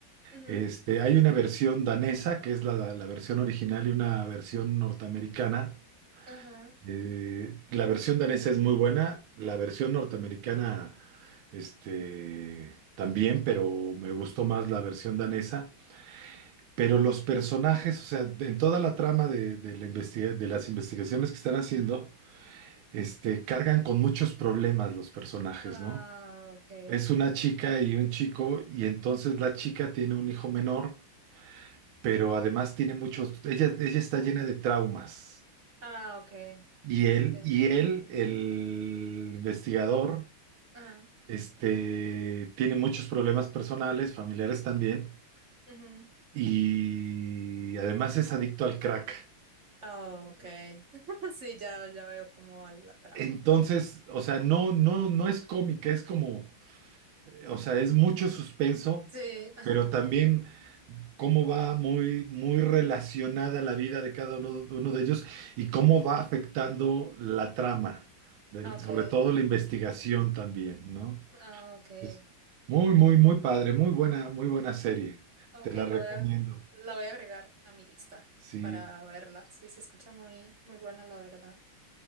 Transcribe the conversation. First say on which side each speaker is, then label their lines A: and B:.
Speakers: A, on the right; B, on the right.
A: ujú,
B: Este, hay una versión danesa, que es la, la versión original, y una versión norteamericana.
A: Ajá,
B: Eh, la versión danesa es muy buena, la versión norteamericana, este, también, pero me gustó
A: ujú.
B: más la versión danesa. Pero los personajes, o sea, de- en toda la trama de, de la investiga- de las investigaciones que están haciendo, este, cargan con muchos problemas los personajes,
A: Ah,
B: ¿no?
A: ok.
B: Es una chica y un chico, y entonces la chica tiene un hijo menor, pero además tiene muchos, ella, ella está llena de traumas.
A: Ah, ok.
B: Y él,
A: Sí.
B: y él, el investigador,
A: Ajá.
B: este, tiene muchos problemas personales, familiares también,
A: ujú.
B: y además es adicto al crack.
A: Ah, ok. <laughs> Sí, ya, ya veo cómo va la trama.
B: Entonces, o sea, no, no, no es cómica, es como O sea, es mucho suspenso,
A: Sí, ajá.
B: pero también cómo va muy, muy relacionada la vida de cada uno, de uno de ellos y cómo va afectando la trama, del-
A: Ok.
B: sobre todo la investigación también, ¿no?
A: Ah, ok.
B: Es muy, muy, muy padre, muy buena, muy buena serie.
A: Ok,
B: Te la recomiendo.
A: la voy a, la voy a agregar a mi lista
B: Sí.
A: para verla. Sí, se escucha muy, muy buena, la verdad.